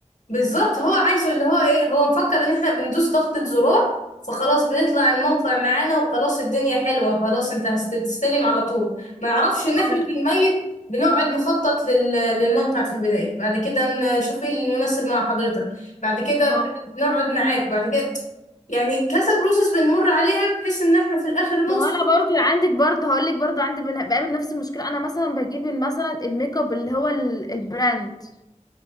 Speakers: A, on the left; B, on the left.
A: بالظبط هو عايزه اللي هو ايه هو مفكر ان احنا بندوس ضغطة زرار فخلاص بيطلع الموقع معانا وخلاص الدنيا حلوة خلاص انت هتستلم على طول ما يعرفش ان
B: اه
A: احنا في الميت بنقعد نخطط لل... للموقع في البداية بعد كده نشوف ايه المناسب مع حضرتك بعد كده
B: اه
A: بنقعد معاك بعد كده يعني كذا بروسس بنمر عليها بحيث ان احنا في الاخر نوصل
B: ما هو انا برضو عندك برضو هقول لك برضو عندي بن- بقابل نفس المشكله انا مثلا بجيب مثلا الميك اب اللي هو ال- البراند